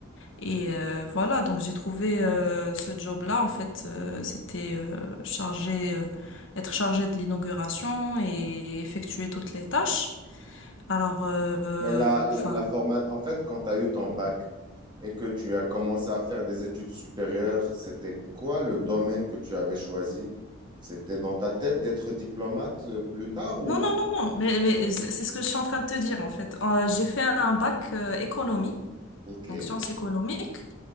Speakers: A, on the left; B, on the right.
A: Et euh, voilà, donc j'ai trouvé euh, ce job-là. En fait, euh, c'était euh, chargé, euh, être chargé de l'inauguration et effectuer toutes les tâches. Alors, euh, euh,
B: Mais la, la,
A: enfin,
B: la forma- en fait, quand tu as eu ton bac et que tu as commencé à faire des études supérieures, c'était quoi le domaine que tu avais choisi? C'était dans ta tête d'être diplomate euh, plus tard ou...
A: non, non, non, non, mais, mais c'est c'est ce que je suis en train de te dire en fait. Euh, j'ai fait un bac euh, économie,
B: Ok,
A: donc sciences économiques,